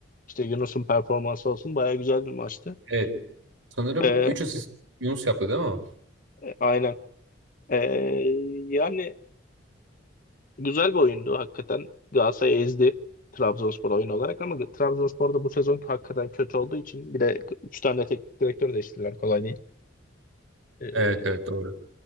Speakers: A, on the left; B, on the right.
A: İşte Yunus'un performansı olsun. Baya güzel bir maçtı.
B: Evet. Sanırım
A: Ee,
B: 3 asist Yunus yaptı değil mi?
A: aynen. Ee, yani Güzel bir oyundu hakikaten. Galatasaray ezdi Trabzonspor oyun olarak ama Trabzonspor da bu sezon hakikaten kötü olduğu için bir de 3 tane teknik direktör değiştirdiler kolay değil. Ee,
B: Evet evet doğru.